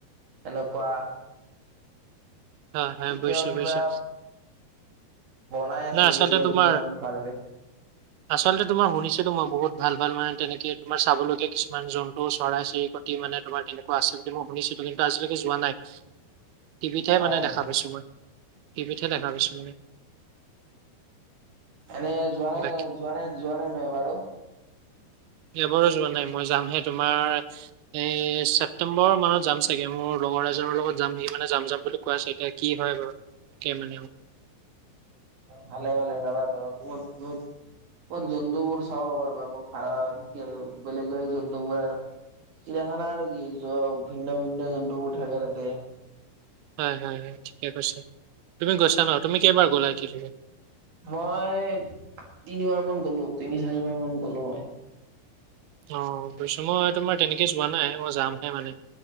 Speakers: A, on the right; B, on the right.
A: এনেকুৱা।
B: হয় হয়,
A: এতিয়াও
B: বুজিছো
A: কিবা
B: বুজিছো সিট।
A: বনাই আছে
B: আচলতে
A: এতিয়া
B: তোমাৰ
A: কিবা আৰু ভাল বে।
B: আচলতে তোমাৰ শুনিছিলো মই বহুত ভাল ভাল মানে তেনেকে তোমাৰ চাবলগীয়া কিছুমান জন্তু চৰাই-চিৰিক কি মানে তোমাৰ তেনেকুৱা আছে বুলি মই শুনিছিলো কিন্তু আজিলৈকে যোৱা নাই সি সি। টিভিতহে
A: হয়
B: মানে দেখা
A: হয়
B: পাইছোঁ মই, টিভিতহে দেখা পাইছোঁ মানে।
A: এনেই যোৱা নাই
B: বাকী
A: ন যোৱা নাই যোৱা নাই ন এবাৰো?
B: এবাৰো যোৱা নাই, মই যামহে তোমাৰ এ ছেপটেম্বৰ মানত যাম চাগে, মোৰ লগৰ এইজনৰ লগত যাম। সি মানে যাম যাম বুলি কোৱা চোন এতিয়া কি হয় বাৰু তে মানেও।
A: ভালে ভালে যাবা যাবা বহুত বহুত। জন্তুবোৰ চাব পাৰিবা ভাল কি বেলেগ বেলেগ জন্তুবোৰ। চিৰায়াখানা আৰু কি, যক ভিন্ন ভিন্ন জন্তুবোৰ থাকে তাতে।
B: হয়, হয়, হয় ঠিকে কৈছে, তুমি গৈছা ন তুমি কেইবাৰ গ'লা এই কেই দিনত?
A: মই তিনিবাৰ মান গ'লো তিনি চাৰিবাৰ মান গ'লো মই।
B: অ' গৈছো মই তোমাৰ তেনেকেই যোৱা নাই মই যামহে মানে।